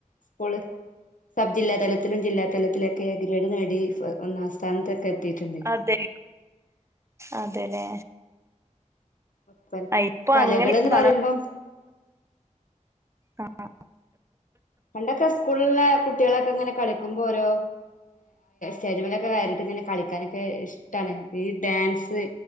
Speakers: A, on the left; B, on the right.
A: സ്കൂള് സബ് ജില്ലാ തലത്തിലും ജില്ലാ തലത്തിലൊക്കെ ഗ്രേഡ് നേടി ഒന്നസ്ഥാനത്തൊക്കെ എത്തിയിട്ടുണ്ട്
B: അതെ അതെല്ലേ
A: ഒപ്പന
B: ആഹ ഇപ്പൊ
A: കലകൾന്ന്
B: അങ്ങനെയക്ക കാണ
A: പറയുമ്പം
B: ആഹ
A: പണ്ടൊക്കെ സ്കൂളില കുട്ടികളൊക്കെ ഇങ്ങനെ കളിക്കുമ്പോൾ ഓരോ ശരിമില <inaudible> കയട്ട് ഇങ്ങനെ കളിക്കാനൊക്കെ ഇഷ്ടമാണ് ഈ ഡാൻസ്